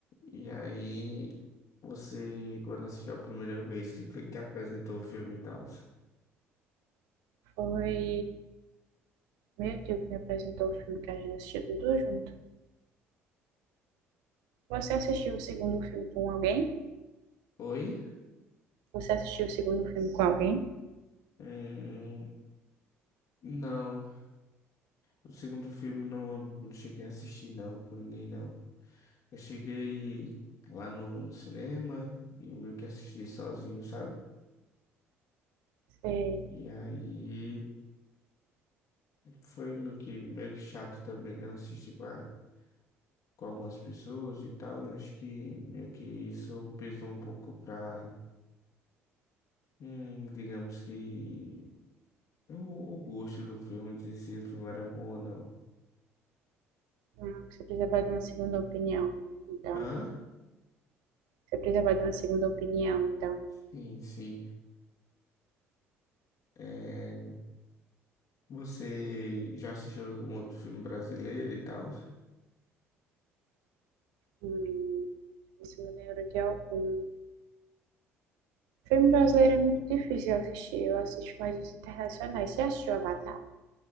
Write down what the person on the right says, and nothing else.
foi Meu tio que me apresentou o filme que a gente assistiu tudo junto. Você assistiu o segundo filme com alguém?
Você assistiu o segundo filme com alguém?
Sei.
Não, você precisava de uma segunda opinião. Então,
você precisava de uma segunda opinião. Então,
hum, isso me lembro de algum. Filme brasileiro é muito difícil eu assistir. Eu assisto mais os internacionais. Você assistiu Avatar?